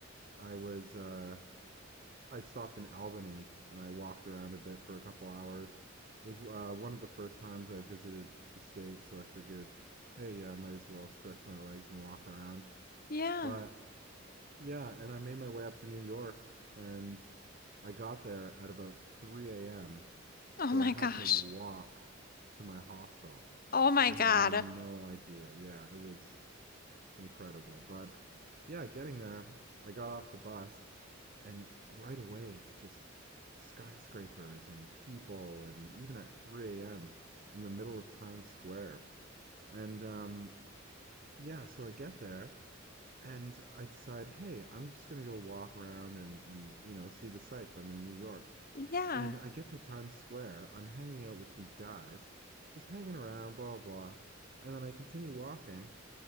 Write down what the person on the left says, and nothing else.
Yeah.
Oh
my
gosh.
Oh my
God.
Yeah.